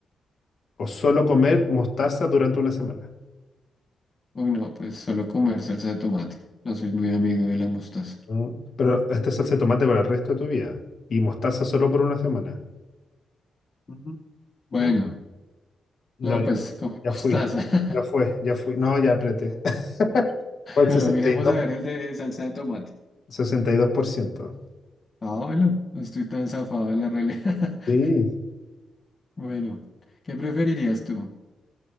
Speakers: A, on the left (about 50°); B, on the left (about 25°).
A: o solo comer mostaza durante una semana?
B: Uy, no, pues solo comer salsa de tomate. No soy muy amigo de la mostaza.
A: Mm, Pero esta es salsa de tomate para el resto de tu vida. Y mostaza solo por una semana.
B: Ujú. Bueno,
A: Ah, No,
B: no,
A: ya,
B: pues comer
A: ya
B: mostaza.
A: fui.
B: <laughs>
A: Ya fue, ya fui. No, ya apreté. <laughs> Fue el
B: Bueno,
A: sesenta
B: miremos
A: y dos,
B: a ver el de salsa de tomate.
A: sesenta y dos por ciento.
B: Ah, bueno, no estoy tan zafado de la realidad. <laughs>
A: Sí,
B: Bueno, ¿qué preferirías tú?